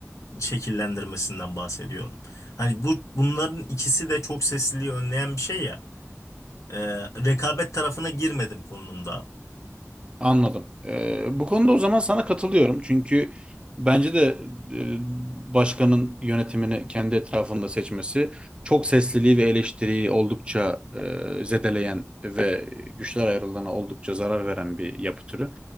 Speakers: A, on the left; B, on the right.
A: şekillendirmesinden bahsediyorum. Hani bu bunların ikisi de çok sesliliği önleyen bir şey ya. E, rekabet tarafına girmedim konumda.
B: Anladım. Ee, bu konuda o zaman sana katılıyorum. Çünkü bence de e, başkanın yönetimini kendi etrafında seçmesi çok sesliliği ve eleştiriyi oldukça e, zedeleyen ve güçler ayrılığına oldukça zarar veren bir yapı türü.